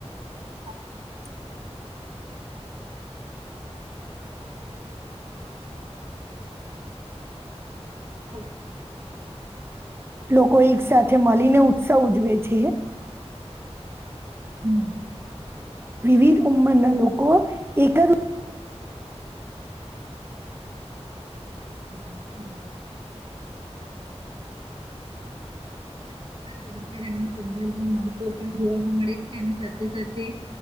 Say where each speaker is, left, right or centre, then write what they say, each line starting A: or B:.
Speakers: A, on the right (about 50°); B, on the right (about 20°).
A: <inaudible>
B: <inaudible>
A: હ <unintelligible>
B: લોકો એક સાથે મળીને ઉત્સવ ઉજવે છે હે.
A: હમ.
B: વિવિધ ઉંમરના લોકો એકજ
A: હા હા બરોબર <unintelligible> અને સંબંધ નું મહત્વ પણ જોવા મળે છે ને સાથે સાથે